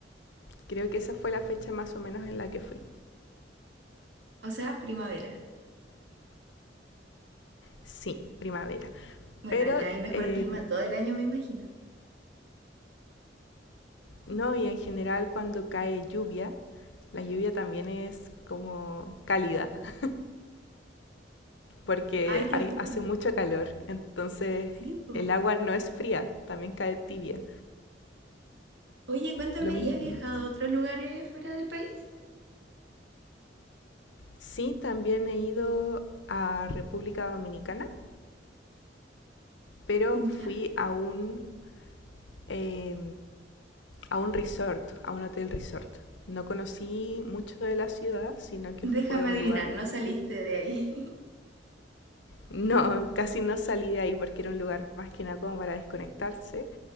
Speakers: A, on the left; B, on the right.
A: Creo que esa fue la fecha más o menos en la que fui.
B: O sea, primavera.
A: Sí, primavera.
B: Bueno,
A: Pero
B: ya hay mejor
A: eh,
B: clima todo el año, me imagino.
A: No, y en general cuando cae lluvia, la lluvia también es como cálida, <laughs> porque
B: Ay, qué
A: hay,
B: rico.
A: hace mucho calor, entonces
B: Sí, po.
A: el agua no es fría, también cae tibia.
B: Oye, cuéntame,
A: Lo mismo.
B: ¿y has viajado a otros lugares fuera del país?
A: Sí, también he ido a República Dominicana, pero
B: Mm,
A: fui
B: Ya.
A: a un, eh, a un resort, a un hotel resort. No conocí mucho de la ciudad, sino que
B: Déjame
A: fue un
B: adivinar,
A: lugar...
B: no saliste de ahí. <laughs>
A: No, <laughs> casi no salí de ahí porque era un lugar más que nada como para desconectarse